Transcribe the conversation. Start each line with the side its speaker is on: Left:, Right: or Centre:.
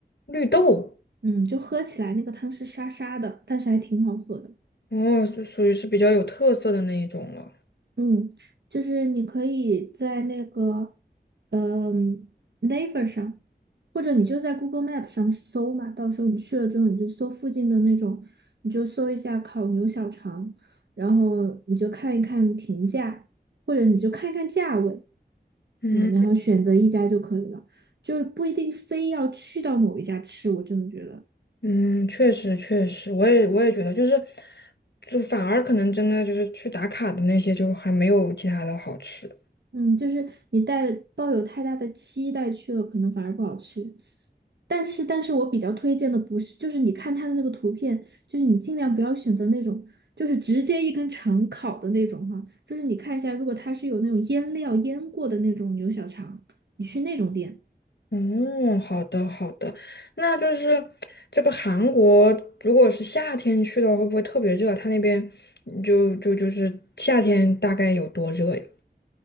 Left: 绿豆，
Right: 嗯，就喝起来那个汤是沙沙的，但是还挺好喝的。
Left: 哦，就属于是比较有特色的那一种了。
Right: 嗯，就是你可以在那个，嗯，Naver 上，或者你就在 Google Map 上搜嘛。到时候你去了之后，你就搜附近的那种，你就搜一下烤牛小肠，然后你就看一看评价，或者你就看一看价位，
Left: 嗯
Right: 嗯，然后选择一家就可以了，就不一定非要去到某一家吃。我真的觉得。
Left: 嗯，确实确实，我也我也觉得，就是就反而可能真的就是去打卡的那些，就还没有其他的好吃。
Right: 嗯，就是你带抱有太大的期待去了，可能反而不好吃。但是，但是我比较推荐的不是，就是你看它的那个图片，就是你尽量不要选择那种，就是直接一根肠烤的那种哈。就是你看一下，如果它是有那种腌料腌过的那种牛小肠，你去那种店。
Left: 嗯，好的好的，那就是这个韩国，如果是夏天去的话，会不会特别热？他那边就就就是夏天大概有多热呀？